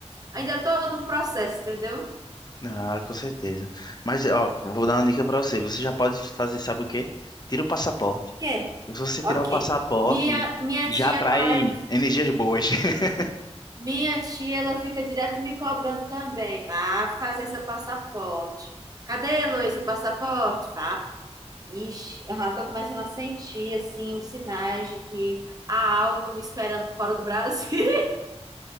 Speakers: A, on the right (about 35°); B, on the left (about 35°).
A: ainda tô no processo, entendeu?
B: Ah, com certeza. Mas, ó, vou dar uma dica pra você. Você já pode fazer, sabe o quê? Tira o passaporte.
A: quê
B: Se você
A: Ok.
B: tirar o passaporte,
A: Minha minha
B: já
A: tia
B: atrai
A: pa-
B: energias boas. <laughs>
A: minha tia, ela fica direto me cobrando também. Vá fazer seu passaporte. Cadê, Luiz, o passaporte? Vá Ixi, eu já tô começando a sentir, assim, os sinais de que há algo me esperando fora do Brasil.